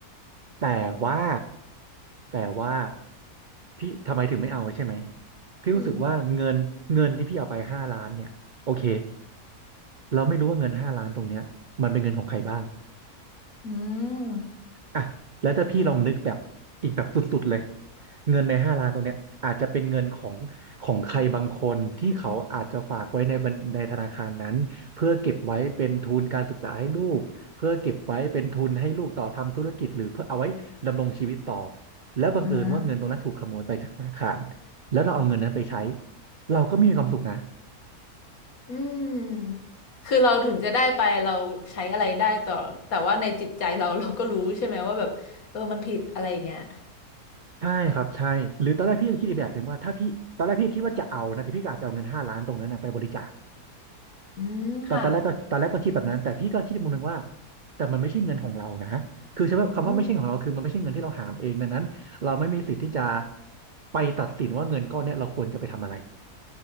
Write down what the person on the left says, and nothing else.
อืม
อืม
อืม
อืมคือเราถึงจะได้ไปเราใช้อะไรได้ต่อแต่ว่าในจิตใจเราเราก็รู้ใช่ไหมว่าแบบเออมันผิดอะไรอย่างเงี้ย
อืมค่ะ
อืม